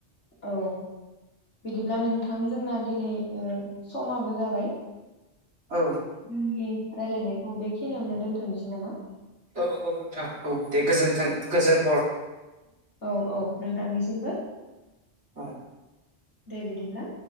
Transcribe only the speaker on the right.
औ
औ औ नोंथां औ दे गोजोन्थों गोजोन हर
औ